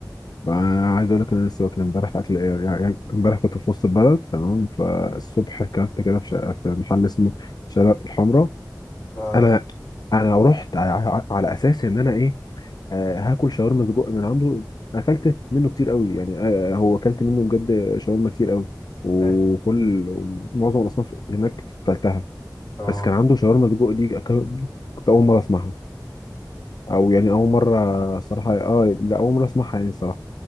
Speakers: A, on the left (about 65°); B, on the left (about 45°).
A: ما- عايز اقول لك إن انا لسه واكل امبارح اكل ايه يعني يعني امبارح كنت في وسط البلد تمام فالصبح اكلت كده في شقة في محل اسمه شارع الحمراء
B: اه
A: انا انا رحت على, على اساس ان انا ايه آه، هاكل شاورما سجق من عنده اكلت منه كتير قوي يعني آه، هو اكلت منه بجد شاورما كتير قوي وكل
B: ماشي
A: معظم الاصناف اللي هناك اكلتها
B: اه
A: بس كان عنده شاورما سجق دي أك- كنت اول مره اسمعها او يعني اول مره الصراحه اه لا اول مره اسمعها يعني الصراحه